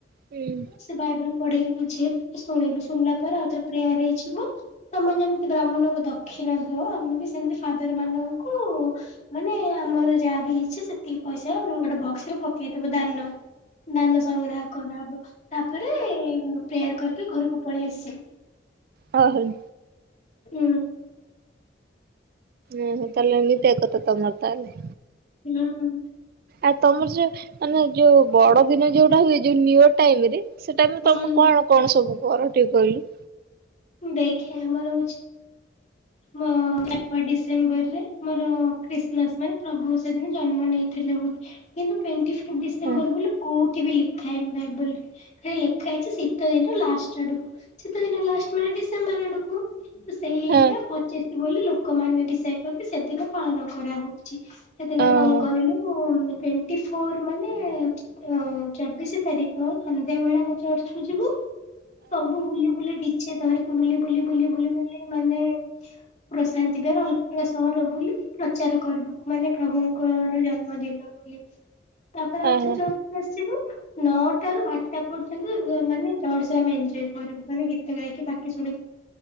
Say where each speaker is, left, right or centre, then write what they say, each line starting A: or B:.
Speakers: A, on the right; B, on the left.
A: ହୁଁ।
B: ସେ ବାଇବେଲ୍‌ ପଢେଇକି ବୁଝେଇବେ, ତୁ ଶୁଣିବୁ, ଶୁଣିଲା ପରେ ଆଉ ଥରେ ପ୍ରେୟାର ହେଇଯିବ ତମେ ଯେମତି ବ୍ରାହ୍ମଣଙ୍କୁ ଦକ୍ଷିଣା ଦିଅ, ଆମେବି ସେମିତି ଫାଦର ମାନଙ୍କୁ ମାନେ ଆମର ଯାହାବି ହେଇଚି ସେତିକି ପଇସା ଆମେ ଗୋଟେ ବକ୍ସରେ ପକେଇଦବୁ ଦାନ। ଦାନ ସଂଗ୍ରହ କରା ହବ ତାପରେ ପ୍ରେୟାର କରିକି ଘରକୁ ପଳେଇ ଆସିଲୁ।
A: ହଁ ହେଇ
B: ହୁଁ।
A: ଓହୋ ତାହେଲେ ଏମିତିଆ କଥା ତମର ତାହେଲେ।
B: ହୁଁ।
A: ଆଉ ତମର ଯୋଉ ମାନେ ଯୋଉ ବଡ଼ ଦିନ ଯୋଉଟା ହୁଏ ଯୋଉ ନିଉଅର ଟାଇମରେ ସେଟା ମୁଁ
B: ହୁଁ।
A: ତମ କଣ କଣ ସବୁ କର ଟିକେ କହିଲୁ?
B: ଦେଖେ ଆମର ହଉଚି ମ <inaudible> ଡିସେମ୍ବରରେ ମୋର ଖ୍ରୀଷ୍ଟମାସ ମାନେ ପ୍ରଭୁ ସେଦିନ ଜନ୍ମ ନେଇ ଥିଲେ ବୋଲି, କିନ୍ତୁ ଟ୍ୱେନ୍ତି ଡିସେମ୍ବର
A: ହଁ
B: ବୋଲି କୋଉଠିବି ଲେଖାହେଇନି ବାଇବଲ୍ ହେଇ ଲେଖା ହେଇଚି ଶୀତ ଦିନ ଲାଷ୍ଟ ଆଡ଼କୁ ଶୀତ ଦିନ ଲାଷ୍ଟେ ମାନେ ଡିସେମ୍ବର ଆଡ଼କୁ। ତ ସେଇଟା
A: ହଁ
B: ପୋଚିଶ ବୋଲି ଲୋକମାନେ ଡିସାଇଡ କରିନ୍ତି ସେଦିନ ପାଳନ କରାହଉଛି। ସେଦିନ
A: ଓହୋ
B: କଣ କହିଲୁ ଟ୍ୱେଣ୍ଟି ଫୋର ମାନେ ଅ ଚବିଶି ତାରିଖ ସନ୍ଧ୍ୟାବେଳେ ଆମ ଚର୍ଚ୍ଚକୁୁ ଯିବୁ ସବୁ ବୁଲି ବୁଲି ଡିଯେ ଧରିକି ବୁଲି ବୁଲି ବୁଲି ବୁଲି ବୁଲି ମାନେ ପ୍ରଶାନ୍ତି ବାର ଅଲଗା ସହର ବୁଲି ପ୍ରଚାର କରିବୁ ମାନେ ପ୍ରଭୁଙ୍କର ଜନ୍ମଦିନ ବୋଲି। ତାପରେ ଆଉଥରେ
A: ଓହୋ
B: ଆସିବୁ। ନଅଟାରୁ ବାରଟା ପର୍ଯ୍ୟନ୍ତ ମାନେ ଚର୍ଚ୍ଚରେ ଆମେ ଏନଜୟ କରିବୁ ମାନେ ଗୀତ ଗାଇକି ବାକି